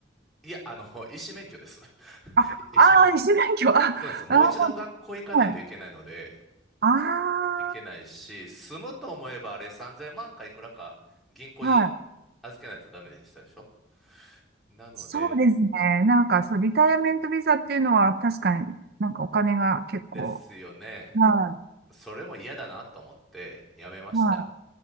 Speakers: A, in the centre; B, on the right.
A: いや、あの、<laughs> 医師免許です。<laughs>
B: あ、
A: 医師免許。
B: あー、二種免許。あ、
A: そうです。もう一度学校行かないといけないので、
B: あー、はい。あ
A: いけないし、住むと思えばあれ3000万かいくらか銀行に
B: ー、はい。
A: 預けないとダメでしたでしょなので、
B: そうですね。なんか、そう、
A: なん
B: リタイアメントビザっていうのは、確かになんかお金が結構、
A: ですよね。
B: は
A: それも嫌だなと思ってやめました。
B: い、はい。